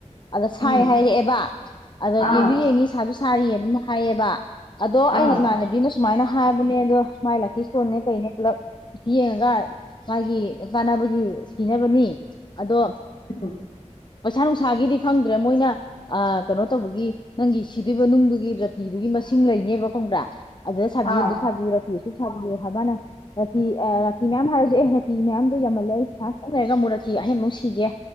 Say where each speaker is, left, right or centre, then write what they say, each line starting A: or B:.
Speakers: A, on the left (about 40°); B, on the left (about 55°).
A: ꯑꯗꯣ ꯁꯥꯏ
B: ꯎꯝ
A: ꯍꯥꯏꯔꯛꯑꯦꯕ ꯑꯗꯣ
B: ꯑꯥ
A: ꯌꯦꯡꯖꯨ ꯌꯦꯡꯉꯤ ꯁꯥꯖꯨ ꯁꯥꯔꯤꯌꯦꯅ ꯑꯗꯨꯝ ꯍꯥꯏꯌꯦꯕ ꯑꯗꯣ ꯑꯩꯅ
B: ꯑꯥ
A: ꯏꯃꯥꯟꯅꯕꯤ ꯑꯃ ꯁꯨꯃꯥꯏꯅ ꯍꯥꯏꯕꯅꯦ ꯑꯗꯣ ꯃꯥꯏ ꯂꯥꯛꯀꯤ ꯁ꯭ꯇꯣꯟꯅꯦ ꯀꯩꯅꯩ ꯄꯨꯂꯞ ꯌꯦꯡꯉꯒ ꯃꯥꯒꯤ ꯆꯥꯟꯅꯕꯒꯤ ꯁꯤꯅꯕꯅꯤ ꯑꯗꯣ
B: ꯎꯝ
A: ꯄꯩꯁꯥ ꯅꯨꯡꯁꯥꯒꯤꯗꯤ ꯈꯪꯗ꯭ꯔꯦ ꯃꯣꯏꯅ ꯑ ꯀꯅꯣ ꯇꯧꯕꯒꯤ ꯅꯪꯒꯤ ꯁꯤꯗꯣꯏꯕ ꯅꯨꯡꯗꯨꯒꯤ ꯔꯥꯇꯤꯗꯨꯒꯤ ꯃꯁꯤꯡ ꯂꯩꯅꯦꯕ ꯈꯪꯕ꯭ꯔꯥ ꯑꯗꯨꯗ ꯁꯥꯕꯤꯌꯨꯗ
B: ꯑꯥ
A: ꯁꯥꯕꯤꯌꯨꯔ ꯔꯥꯇꯤ ꯑꯁꯨꯛ ꯁꯥꯕꯤꯌꯣ ꯍꯥꯏꯕ ꯃꯥꯅ ꯔꯥꯇꯤ ꯑ ꯔꯥꯇꯤ ꯃꯌꯥꯝ ꯍꯥꯏꯔꯖꯨ ꯑꯦ ꯔꯥꯇꯤ ꯃꯌꯥꯝꯗꯣ ꯌꯥꯝꯃꯜꯂꯦ ꯑꯩ ꯄꯩꯁꯥ ꯈꯤꯇꯪ ꯂꯩꯔꯒ ꯑꯃꯨꯛ ꯔꯥꯇꯤ ꯑꯍꯦꯟꯃꯨꯛ ꯁꯤꯒꯦ